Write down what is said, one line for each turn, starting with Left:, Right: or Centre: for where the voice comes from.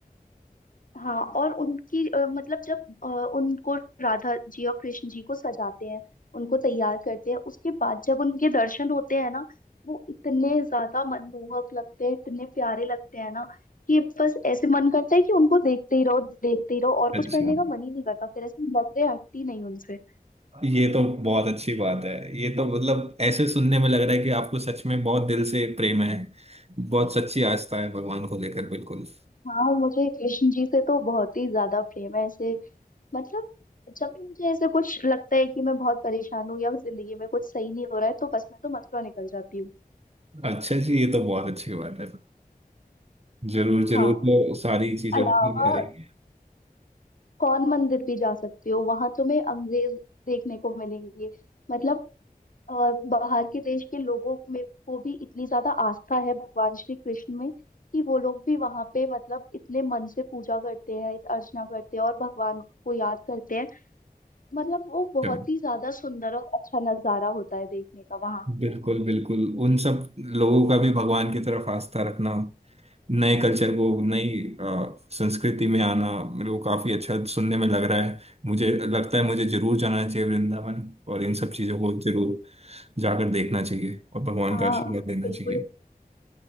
Left: हाँ और उनकी अ, मतलब जब अ, उनको राधा जी और कृष्ण जी को सजाते हैं उनको तैयार करते हैं उसके बाद जब उनके दर्शन होते हैं ना वो इतने ज्यादा मनमोहक लगते हैं इतने प्यारे लगते हैं ना कि बस ऐसे मन करता है कि उनको देखते ही रहो देखते ही रहो और कुछ
Right: अच्छा
Left: करने का मन ही नहीं करता फिर ऐसे नजरें हटती नहीं उनसे
Right: ये तो बहुत अच्छी बात है ये तो मतलब ऐसे सुनने में लग रहा है कि आपको सच में बहुत दिल से प्रेम है बहुत सच्ची आस्था है भगवान को लेकर बिल्कुल
Left: हाँ मुझे कृष्ण जी से तो बहुत ही ज्यादा प्रेम है ऐसे मतलब जब भी मुझे ऐसे कुछ लगता है कि मैं बहुत परेशान हूँ या जिंदगी में कुछ सही नहीं हो रहा है तो बस मैं तो मथुरा निकल जाती हूँ
Right: अच्छा जी ये तो बहुत अच्छी बात है जरूर जरूर
Left: हाँ
Right: तो सारी चीजों
Left: अलावा
Right: को करेंगे
Left: कौन मंदिर भी जा सकते हो वहां तुम्हें अंग्रेज देखने को मिलेंगे मतलब अ, बाहर के देश के लोगों में को भी इतनी ज्यादा आस्था है भगवान श्री कृष्ण में कि वो लोग भी वहां पे मतलब इतने मन से पूजा करते हैं अर्चना करते हैं और भगवान को याद करते हैं मतलब वो बहुत
Right: चलो,
Left: ही ज्यादा सुंदर और अच्छा नजारा होता है देखने का वहाँ
Right: बिल्कुल बिल्कुल उन सब लोगों का भी भगवान की तरफ आस्था रखना नए कल्चर को नई अ, संस्कृति में आना मेरे को काफी अच्छा सुनने में लग रहा है मुझे लगता है मुझे जरूर जाना चाहिए वृंदावन और इन सब चीजों को जरूर जाकर देखना चाहिए और भगवान
Left: हाँ
Right: का आशीर्वाद लेना
Left: बिल्कुल
Right: चाहिए